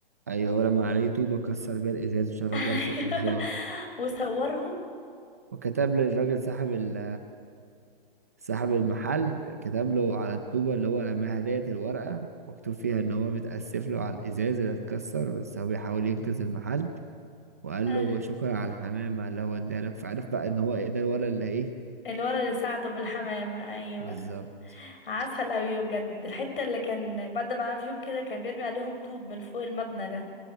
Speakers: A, on the right (about 15°); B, on the left (about 65°).
A: ايوه ولما عليه طوبه كسر بيها الازاز وشغل
B: <laughs> ايوه
A: جرس الانذار
B: وصورهم
A: وكتب للراجل صاحب ال صاحب المحل كتب له على الطوبه اللي هو رماها ديت الورقه مكتوب فيها ان هو بيتاسف له على الازاز اللي اتكسر بس هو بيحاول ينقذ المحل وقال
B: آه،
A: له شكرا على الحمامه اللي هو اداها لك فعرف بقى ان هو ايه ده الولد اللي ايه
B: الولد اللي ساعده بالحمامة ايوه
A: بالظبط
B: عسل قوي بجد الحتة اللي كان بعد ما عمل فيهم كده كان بيرمي عليهم طوب من فوق المبنى ده